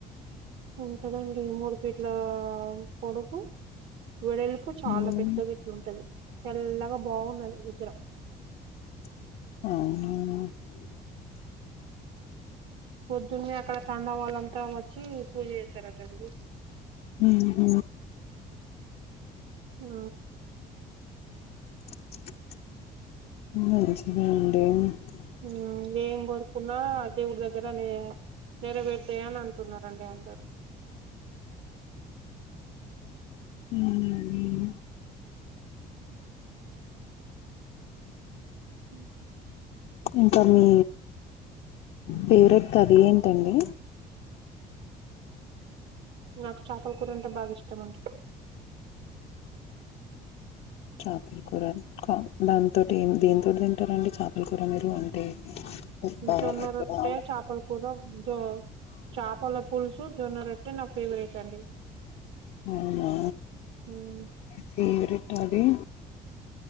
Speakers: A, on the right; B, on the left.
A: ఉంటదండి మూడు ఫీట్ల పొడుపు ఇడెలుపు చాలా
B: మ్మ్.
A: పెద్దగా ఇట్లుంటది తెల్లగా బాగున్నది నిద్ర
B: అవు
A: పొద్దున్న అక్కడ తంండవళ్లంతా వ హు పూజ చేస్తారటండి
B: హ్మ్ హ
A: ఆ
B: <unintelligible> <unintelligible> మంచిదెఅండి.
A: ఆ ఏం కోరుకున్నా దేవుడి దగ్గర నే నెరవేతాయ్ అని అంటున్నారండి అందరు,
B: హ్మ్ హ్మ్
A: <inaudible>
B: ఇంకా మీ ఫేవరెట్ కర్రీ ఏంటండి,
A: నాకు చాపల కూర అంటే బాగా ఇష్టం అండి.
B: చాపల కూర కాం దాంతోటి దేనితోటి తింటారండి చాపల కూర మీరు అంటే ఉప్పా,
A: జొన్నరొట్టె,
B: కారా?
A: చాపలకూర జో చాపలపుల్సు జొన్నరొ ట్టే నా ఫేవరెట్ అండి.
B: అవునా
A: ఉమ్
B: ఫేవరె ట అది